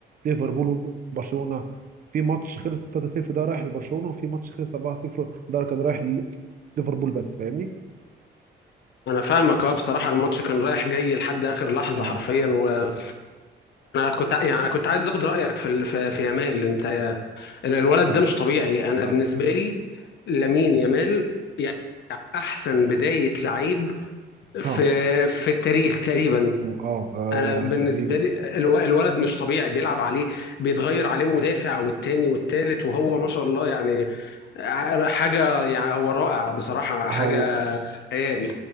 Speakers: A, on the right; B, on the left.
A: ليفربول وبرشلونة في ماتش خلص 3-0 ده رايح لبرشلونة وفي ماتش خلص 4-0 ده كان رايح ليفربول بس فاهمني؟
B: انا فاهمك اه بصراحة الماتش كان رايح جاي لحد اخر لحظة
A: اه
B: حرفيا وانا كنت يعني أنا كنت عايز اخد رأيك في ال- في في يامال انت آه، الولد
A: لا،
B: ده مش طبيعي انا
A: اه
B: بالنسبة لي لامين يامال احسن بدايه لعيب في
A: اه
B: في التاريخ تقريبا
A: اه آه،
B: انا بالنسبه
A: تقريبا
B: لي الو- الولد مش طبيعي بيلعب عليه بيتغير عليه مدافع والتاني والتالت وهو ما شاء الله يعني ع- حاجه يعني هو رائع بصراحه حاجه
A: هو
B: خيال